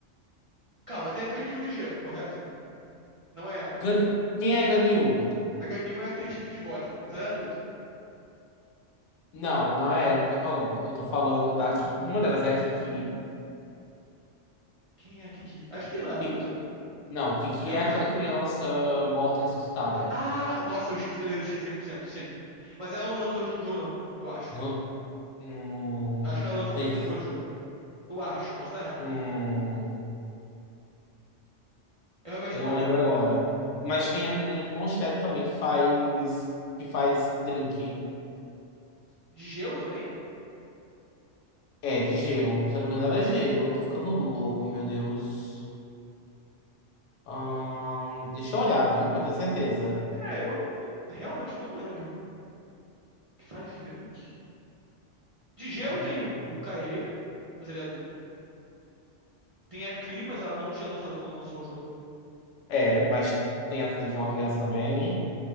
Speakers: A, on the right; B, on the left.
A: Calma, tem a Ganyu de gelo, correto? Não é ela.
B: Gani... Quem é Ganyu?
A: A Ganyu é a que tem chifre de bode, mas ela é adulta.
B: Não, não é ela que eu tô falando. Eu tô falando da Ki... Uma delas é a Kiki.
A: Quem é a Kiki? A Kiki não é adulta?
B: Ki- Não, Kiki
A: Eu
B: é
A: não
B: aquela
A: lembro.
B: criança morta ressuscitada.
A: Ah, nossa, eu esqueci que ela existia 100% sim. Mas ela não lançou junto com o jogo, não, eu acho.
B: Eu- Hum...
A: Acho que ela lançou
B: tem-
A: pouco depois do jogo. Eu acho, eu posso estar errado.
B: hum,
A: Eu realmente
B: Eu
A: não
B: não
A: lembro.
B: lembro agora. Mas tem a menina de Mondstadt também que faz. que faz drink.
A: De gelo também?
B: É, de gelo. Se eu não me engano, ela é gelo. Eu tô ficando louco, meu Deus. Ahn, deixa eu olhar, viu? Pra ter certeza.
A: É, eu não- não- realmente não lembro. Que faz drink? De gelo
B: Ah,
A: tem o, o Kaeya, mas ele é adulto. Tem a Clee, mas ela não tinha lançado quando lançou o jogo.
B: É, mas tem aquele que é uma criança também.